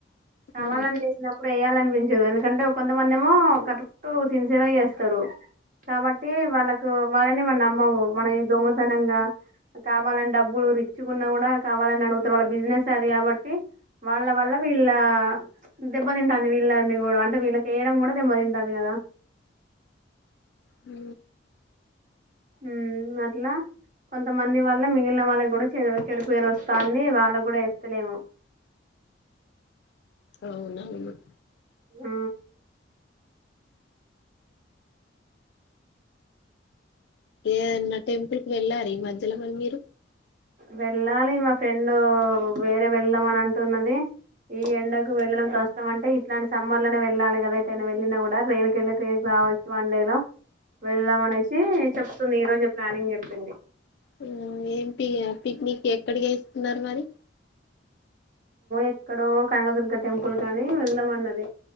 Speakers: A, on the right; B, on the left.
A: కమల్ని
B: ఆ
A: చేసినప్పుడు వేయాలని చూపించదు ఎందుకంటే కొంతమంది ఏమో కరెక్ట్ సిన్సియర్ గా చేస్తారు కాబట్టి వాళ్ళకు వాళ్ళని మన నమ్మము మనం ఈ దొంగతనంగా కావాలని డబ్బులు రిచ్చుకున్నా కూడ కావాలని అడుగుతారు వాళ్ళ బిజినెస్ అది కాబట్టి వాళ్ళ వల్ల వీళ్ళ దెబ్బతింటుంది వీళ్ళని కూడా అంటే వీళ్ళకి వేయడం కూడా దెబ్బతింటుంది కదా
B: హు
A: ఉ అట్లా కొంతమంది వాళ్ళ మిగిలిన వాళ్ళకి కూడా చె చెడు పేరు వస్తంది వాళ్ళకి కూడా వేస్తలేమో
B: అవునవును
A: ఆ
B: ఏ నా టెంపుల్ కి వెళ్ళారు ఈ మధ్యలో మలి మీరు
A: వెళ్ళాలి మా ఫ్రెండ్ వేరే వెళ్దాం అని అంటున్నది ఈ ఎండకు వెళ్ళడం కష్టం అంటే ఇట్లాంటి సమ్మర్ లోనే వెళ్ళాలి కదా అయితే వెళ్ళా కూదా ట్రైన్కి వెళ్ళి రావచ్చు వన్ డే లో వెళ్దాం అనేసి చెప్తుంది ఈ రోజు ప్లానింగ్ చెప్పింది
B: హ్మ్. ఏం పి పిక్నిక్ ఎక్కడికి ఇస్తున్నారు మరి
A: ఎక్కడో కనకదుర్గ టెంపుల్ గాని వెళ్దంమన్నది